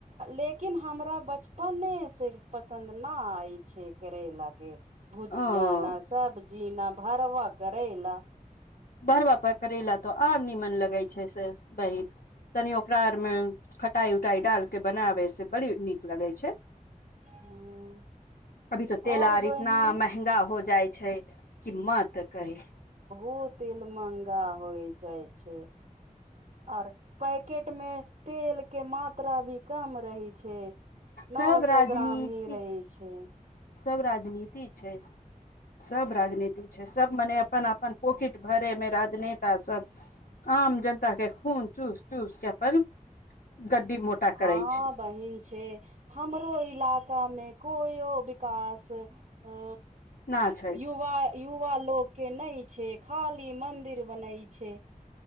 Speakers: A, on the right (about 60°); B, on the left (about 85°).
A: लेकिन हमरा बचपने से पसन्द न अछि छै करैला के भुजिया
B: ओ
A: न सब्जी न भरब करैला
B: बरबााप करैला तऽ आओर निमन लगै छै से बहन तनि ओकरा आरमे टाइ उटाई डाल के बनाबै से बड़ी नीक लगै छै
A: ह
B: अभी तऽ तेल
A: और
B: आर
A: बहिन
B: इतना महँगा हो जा जाइ छै कि माँ तऽ करी
A: ओ तेल महगा होइ जाइ छै और पैकेट में तेल के मात्रा भी कम रहे छै छै नौ
B: सब
A: सौ
B: राजनीति
A: ग्राम ही रहै छै
B: सब राजनीति छै सब राजनीति छै सब मने अपन अपन पॉकेट भरे मे राजनेता सब आम जनता के खून चूस चूसके अपन गड्डी मोटा
A: हँ
B: करे छै
A: बहिन छै हमरो इलाका मे कोइयो विकास अ
B: ना छै
A: युवा युवा लोक के नहि छै खाली मंदिर बनै छै